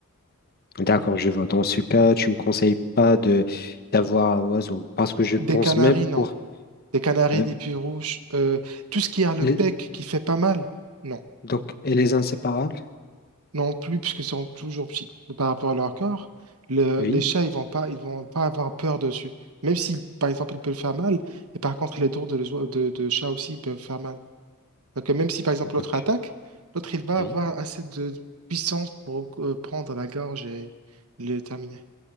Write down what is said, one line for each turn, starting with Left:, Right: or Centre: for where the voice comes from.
Left: d'accord, je vois. Dans ce cas, tu me conseilles pas de d'avoir un oiseau parce que je
Right: Des
Left: pense
Right: canaris,
Left: même
Right: non.
Left: pour
Right: Des canaris,
Left: euh,
Right: des puits rouges, euh, tout ce qui a le
Left: les,
Right: bec qui fait pas mal, non.
Left: donc et les inséparables.
Right: non plus, puisque sont toujours petits par rapport à leur corps, le-
Left: Oui,
Right: les chats, ils vont pas, ils vont pas avoir peur dessus. Même si, par exemple, ils peuvent faire mal, et par contre, les dents de, l'oiseau- de, de chat aussi, ils peuvent faire mal. Donc, euh, même si, par exemple,
Left: donc
Right: l'autre attaque, l'autre, il va
Left: oui,
Right: avoir assez de puissance pour euh, prendre la gorge et le terminer.